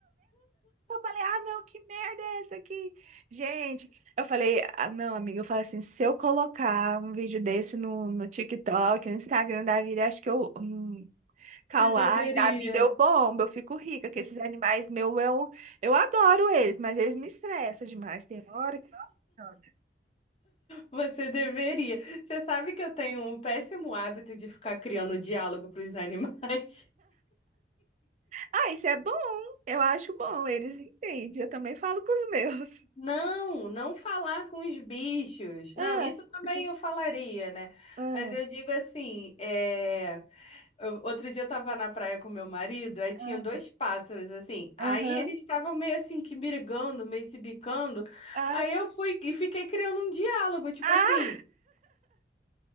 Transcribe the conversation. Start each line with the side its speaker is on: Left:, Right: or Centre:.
Right: eu falei, ah, não, que merda é essa aqui? Gente, eu falei, ah, não, amiga, eu falei assim, se eu colocar um vídeo desse no, no TikTok, no Instagram da vida, acho que eu, hum, Kauai,
Left: Você deveria.
Right: Dabi deu bomba, eu fico rica, que esses animais meu eu, eu adoro eles, mas eles me estressam demais. Tem hora que. Nossa.
Left: Você deveria. Você sabe que eu tenho um péssimo hábito de ficar criando diálogo para os animais.
Right: Ah, isso é bom, eu acho bom, eles entendem, eu também falo com os meus.
Left: <laughs>
Right: <laughs>
Left: Não, não falar com os bichos. Não,
Right: Ah,
Left: isso também
Right: tipo,
Left: eu falaria, né?
Right: ah,
Left: Mas eu digo assim, é... eu- outro dia eu tava na praia com meu marido, aí tinha
Right: ah,
Left: dois pássaros, assim. Aí
Right: aham,
Left: eles estavam meio assim que brigando, meio se bicando.
Right: ah,
Left: Aí eu fui e fiquei criando um diálogo, tipo
Right: ah,
Left: assim.